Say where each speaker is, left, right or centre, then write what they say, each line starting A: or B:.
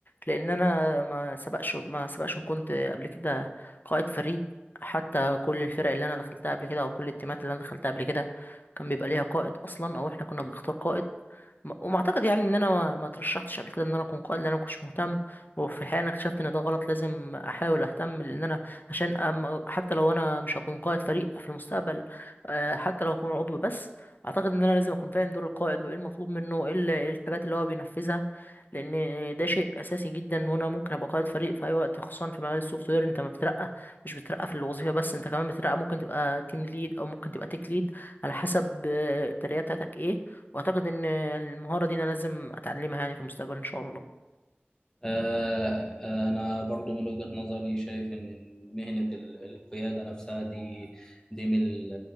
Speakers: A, on the left; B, on the left.
A: لان انا ما سبقش ما سبقش وكنت قبل كده قائد فريد حتى كل الفرق اللي انا دخلتها قبل كده او كل التيمات اللي انا دخلتها قبل كده كان بيبقى ليها قائد اصلا او احنا كنا بنختار قائد م- وما اعتقد يعني ان انا ما ما ترشحتش قبل كده ان انا اكون قائد لان انا ما كنتش مهتم وفي الحقيقه انا اكتشفت ان ده غلط لازم احاول اهتم لان انا عشان أم حتى لو انا مش هكون قائد فريق في المستقبل آه، حتى لو هكون عضو بس اعتقد ان انا لازم اكون فاهم دور القائد وايه المطلوب منه ايه ال- إيه الحاجات اللي هو بينفذها لان ده شيء اساسي جدا وانا ممكن ابقى قائد فريق في اي وقت خصوصا في مجال السوفت وير انت ما بترقى مش بترقى في الوظيفه بس انت كمان بترقى ممكن تبقى تيم ليد او ممكن تبقى تيك ليد على حسب آه، الترقيه بتاعتك ايه واعتقد ان المهاره دي انا لازم اتعلمها يعني في المستقبل ان شاء الله
B: آه، آه، أنا برضو من وجهة نظري شايف إن مهنة ال- القيادة نفسها دي دي من ال-